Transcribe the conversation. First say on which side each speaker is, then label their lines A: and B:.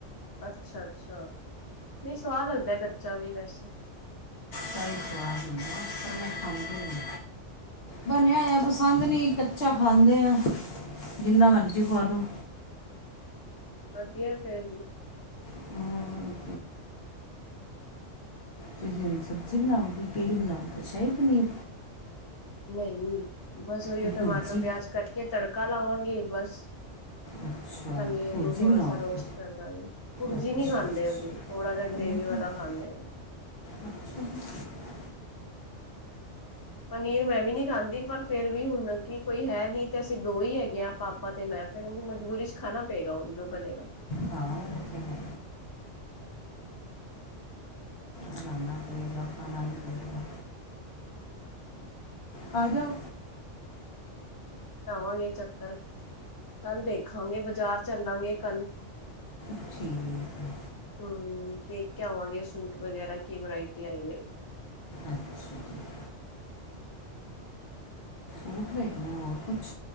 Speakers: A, on the left (about 30°); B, on the left (about 60°).
A: ਅੱਛਾ-ਅੱਛਾ, ਨਈ ਸਵਾਦ ਲੱਗਦਾ ਕੱਚਾ ਵੀ ਵੈਸੇ।
B: ਚਾਏ ਸਵਾਦ ਹੁੰਦਾ ਪਰ ਮੈਂ ਖਾਂਦੀ ਨੀ। ਬਨਿਆ ਹੋਏਆ ਪਸੰਦ ਨੀ ਕੱਚਾ ਖਾਂਦੇ ਆਂ ਜਿੰਨਾ ਮਰਜ਼ੀ ਖਵਾ ਦੋ।
A: ਵਦੀਐ ਫੇਰ ਵੀ।
B: ਹੋਰ ਤੁਸੀਂ ਹੁਨ ਸਬਜ਼ੀ ਬਨਾਓਗੇ ਕਿਹੜੀ ਬਨਾਓਗੇ ਸ਼ਾਈ ਪਨੀਰ।
A: ਨਈ ਉਈ, ਬਸ ਓਹੀਓ
B: ਕਿ
A: ਟਮਾਟਰ
B: ਭੁਰਜੀ
A: ਪਿਆਜ ਕੱਟ ਕੇ ਤੜਕਾ ਲਾਵਾਂਗੇ ਬਸ।
B: ਅੱਛਾ
A: ਪਨੀਰ
B: ਭੁਰਜੀ
A: ਨੂੰ ਥੋੜਾ
B: ਬਣਾਓਗੇ
A: ਸਾ ਰੋਸਟ ਕਰਦਾਂਗੇ ਭੁਰਜੀ
B: ਅੱਛਾ
A: ਨੀ ਖਾਂਦੇ
B: ਅੱਛਾ।
A: ਅਸੀਂ ਥੋੜਾ ਜਾ ਗ੍ਰੇਵੀ
B: ਨਹੀਂ
A: ਵਾਲਾ
B: ਖਾ-
A: ਖਾਂਨੇ ਆਂ।
B: ਅੱਛਾ ਜੀ।
A: ਪਨੀਰ ਮੈਂ ਵੀ ਨੀ ਖਾਂਦੀ ਪਰ ਫੇਰ ਵੀ ਹੁਣ ਕੀ ਕੋਈ ਹੈ ਨੀ ਤੇ ਅਸੀਂ ਦੋ ਹੀ ਹੈਗੇ ਆਂ ਪਾਪਾ ਤੇ ਮੈਂ। ਫੇਰ ਓਨੂੰ ਮਜਬੂਰੀ ਚ ਖਾਨਾ ਪਏਗਾ ਓ ਜੋ ਬਨੇਗਾ।
B: ਹਾਂ ਓ ਤੇ ਹੈ। ਬਨਾਨਾ ਪਏਗਾ ਖਾਨਾ ਵੀ ਪਏਗਾ। ਆ ਜਾਓ।
A: ਲਾਵਾਂਗੇ ਚੱਕਰ। ਕੱਲ ਦੇਖਾਂਗੇ ਬਾਜ਼ਾਰ ਚੱਲਾਂਗੇ ਕੱਲ।
B: ਠੀਕ ਐ।
A: ਹੂੰ ਵੇਖ ਕੇ ਆਵਾਂਗੇ ਸੂਟ ਵਗੈਰਾ ਕੀ ਵਰਾਇਟੀ ਆਈ ਐ।
B: ਅੱਛਾ ਜੀ ਰੁੱਕ ਵੇਖਨਾ ਹੋਰ ਕੁੱਛ